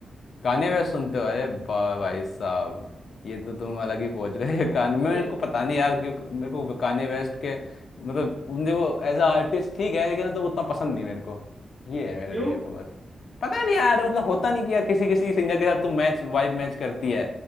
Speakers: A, on the left; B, in the centre.
A: गाने वे सुनते हो अरे बा भाई साहब ये तो तुम अलग ही पहुंच गए <laughs> कान मेरे
B: अरे,
A: को पता नहीं
B: हाँ,
A: यार क्यों मेरे को कान्ये वेस्ट के मतलब उनके वो एज अ आर्टिस्ट ठीक है लेकिन तो उतना पसंद नहीं मेरे को ये है मेरे
B: क्यों
A: लिए तो बस पता नहीं यार मतलब होता नहीं कि यार किसी किसी सिंगर के साथ तुम मैच वाइब मैच करती है